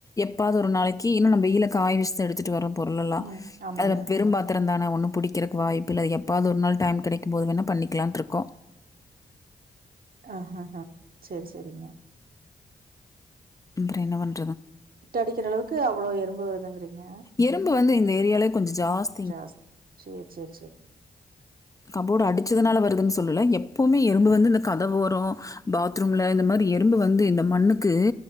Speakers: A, on the left; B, on the right.
A: எப்பாது ஒரு நாளைக்கி இன்னு நம்ம வெய்ல காய வெஷ்தா எடுத்துட்டு வரோம் பொருள் எல்லா
B: ம் ஆமாங்க
A: அதப் பெரும்பாத் திருந்தான ஒன்னுப் புடிக்கிறக் வாய்ப்பு இல்ல எப்பாது ஒரு நாள் டைம் கெடைக்கும் போது வேணாப் பண்ணிக்கிலான்ட்ருக்கோ
B: அ அ அ சரி சரிங்க
A: அப்றோ என்ன பண்
B: ஹிட் அடிக்கிற அளவுக்கு அவ்ளோ எறும்பு வருதுங்கிறீங்க
A: எறும்பு வந்து இந்த ஏரியாலே கொஞ்ச ஜாஸ்
B: ஜாஸ் சேர் சேர் சேர்
A: கபோர்டு அடிச்சதுனால வருதுன் சொல்லல எப்போமே எறும்பு வந்து இந்த கதவோரோ பாத்ரூம்ல இந்த மாரி எறும்பு வந்து இந்த மண்ணுக்கு